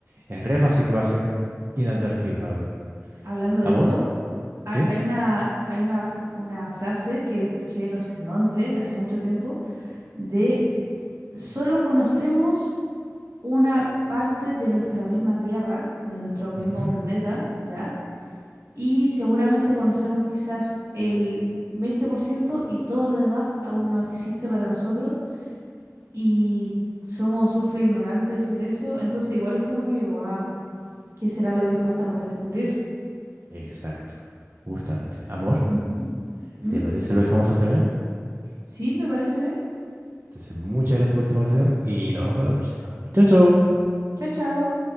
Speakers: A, on the right; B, on the right.
A: es re fácil que pasen inadvertidos, la verdad.
B: hablando de
A: ¿Amor?
B: eso, ha-
A: sí.
B: hay una, hay una, f- una frase que la escuché no sé dónde, hace mucho tiempo, de solo conocemos una parte de nuestra misma Tierra, de nuestro mismo
A: Ujú,
B: planeta, ¿ya? Y seguramente conocemos quizás el 20% y todo lo demás aún no existe para nosotros y somos ultra ignorantes en eso, entonces igual es como que, guau, ¿qué será lo que falta por descubrir?
A: Exacto, justamente. Amor,
B: Ujú. ¿Mm?
A: ¿te parece si lo dejamos hasta acá?
B: Sí, me parece bien.
A: Entonces, muchas gracias por esta conversación y nos vemos para la próxima. Chao, chao.
B: Chao, chao.